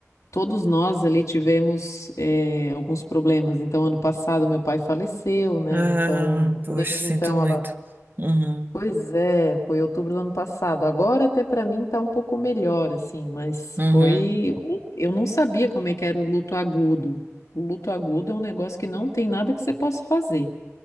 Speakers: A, on the left; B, on the right.
A: Todos nós ali tivemos é, alguns problemas. Então, ano passado, meu pai faleceu, né?
B: Ah,
A: Então,
B: poxa,
A: desde
B: sinto
A: então,
B: muito.
A: ela
B: Uhum.
A: Pois é, foi outubro do ano passado. Agora até para mim tá um pouco melhor, assim, mas
B: Uhum.
A: foi. um, Eu não sabia como é que era o luto agudo. O luto agudo é um negócio que não tem nada que você possa fazer.